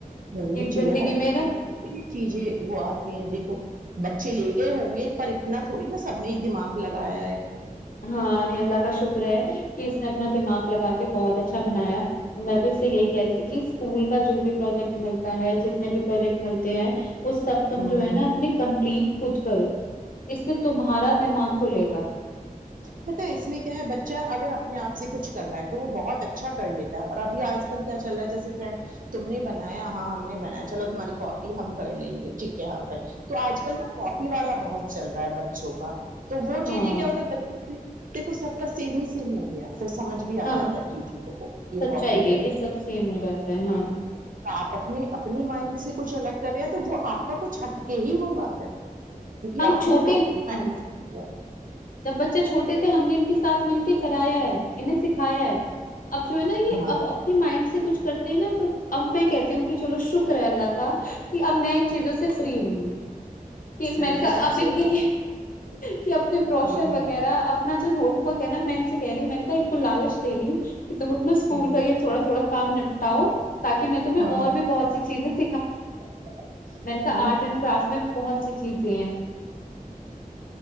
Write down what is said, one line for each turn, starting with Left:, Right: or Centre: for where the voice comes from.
Right: ہونی
Left: کہ
Right: چاہیے
Left: زندگی
Right: ہر کسی
Left: نا
Right: میں کوئی چیزیں وہ آتی ہیں دیکھو بچے لے کے ہوں گے پر اتنا تھوڑی نا سب نے دماغ لگایا ہے
Left: ہاں نہیں اللہ کا شکر کہ اس نے اپنا دماغ لگا کے بہت اچھا بنایا تو میں بھی اس سے یہی کہہ رہی تھی کہ اس اسکول کا جو بھی پروجیکٹ ملتا ہے ج جتنے بھی پروجیکٹ ملتے ہیں وہ سب تم
Right: ہوں
Left: جو ہے
Right: ہوں
Left: نا اپنے کمپلیٹ خود کرو اس سے تمہارا دماغ کھلے گا
Right: پتا ہے اس میں کیا ہے بچہ اگر اپنے آپ سے کچھ رہا ہے تو وہ بہت اچھا کر لیتا ہے اور ابھی آج کل کیا چل رہا ہے جیسے فرینڈ تم نے بنایا ہاں ہم نے بنایا چلو تمہاری کاپی ہم کر لیں گے ٹھیک کیا کل تو آج کل نا کاپی والا بہت چل رہا ہے ب سو کا تو وہ
Left: ہاں
Right: چیزیں کیا ہوتا ہے دیکھو سب کا سمے ہی سمے ہو گیا پھر سمجھ بھی آ
Left: ہاں
Right: جاتا ہے چیزوں کو یہ
Left: سچائی
Right: کوپی <unintelligible>
Left: ہے
Right: کر
Left: یہ
Right: کے
Left: سب سیم ہو جاتا ہے ہاں
Right: آپ اپنے اپنی مائنڈ سے کچھ الگ کرے تو وہ آپ کا کچھ ہٹکر ہی ہوگا پھر کیونکہ
Left: ہم
Right: آپ
Left: چھوٹے
Right: نے وہ <unintelligible>
Left: ہاں جب بچے چھوٹے تھے ہم نے ان کے ساتھ مل کے کرایا ہے انھیں سکھایا ہے اب جو ہے نا یہ
Right: ہاں
Left: اب اپنے مائنڈ سے کچھ کرتے ہیں نا تو اب ٹائم <unintelligible> کہتی ہوں کہ چلو شکر ہیں <unintelligible> اللہ کا کہ اب میں چیزوں سے فری ہوئی ہے کہ
Right: صحیح
Left: میںنے <unintelligible> کہا
Right: اچھا
Left: اب ان
Right: ہی
Left: کے
Right: بات
Left: کہ اب بروشر
Right: ہوں
Left: وغیرہ
Right: ہوں
Left: اپنا جو ہوم ورک ہے نا میں ان سے کہہ رہی ہوں میں نے کہا ان کو لالچ دی رہی ہوں کہ تم اپنا اسکول
Right: ہ
Left: کا یہ تھوڑا تھوڑا کام نپٹاؤ تاکہ میں تمہیں
Right: ہاں
Left: اور بھی بہت سی <unintelligible>
Right: <unintelligible>
Left: میں نے کہا آرٹ اینڈ کرافٹ میں بہت سی چیزیں ہیں